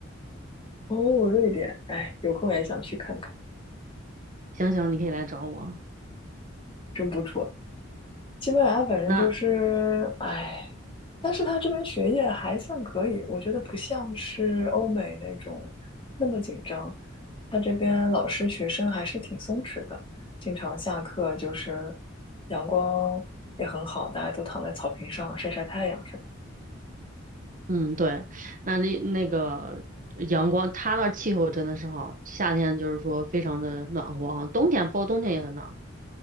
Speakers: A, on the left; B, on the right.
A: 哦，瑞典，哎，有空也想去看看。
B: 行行，你可以来找我。
A: 真不错。西班牙反正就是，
B: 那
A: 哎，但是他这边学业还算可以，我觉得不像是欧美那种那么紧张。他这边老师学生还是挺松弛的，经常下课就是阳光也很好，大家都躺在草坪上晒晒太阳什么。
B: 嗯，对，那那那个阳光，它那儿气候真的是好，夏天就是说非常的暖和啊，冬天包括冬天也很暖和。